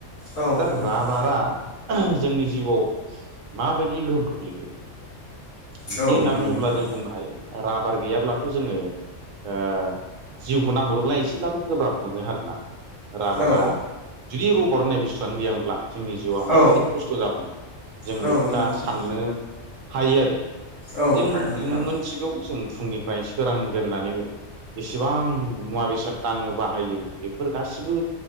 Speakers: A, on the left; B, on the right.
A: औ
B: दा
A: नोंथां
B: राबारा जोंनि जिउआव माबायदि गोहोम खोख्लैखो? बिदि
A: औ
B: होनना
A: नंगौ
B: बुङोब्ला
A: नोंथां
B: जों बुंनो हायो राबार गैयाब्लाथ' जोङो ओ जिउखौ नाहरोब्ला एसेब्लाबो गोब्राब मोनो आरोना राबारदा
A: औ
B: जुदि रबार होननाय बुस्थुआनो गैयामोनब्ला जोंनि जिउआ
A: औ
B: माबायदि खस्थ' जागौमोन। जों
A: औ
B: बेखौ
A: नंगौ
B: दा
A: नोंथां
B: साननो हायो आरो।
A: औ
B: जों
A: थारैनो नोंथां
B: मोनथिगौ जों फुंनिफ्राय सोरांजेननानै जेसेबां मुवा बेसाद दाङो बाहायो बेफोर गासिबो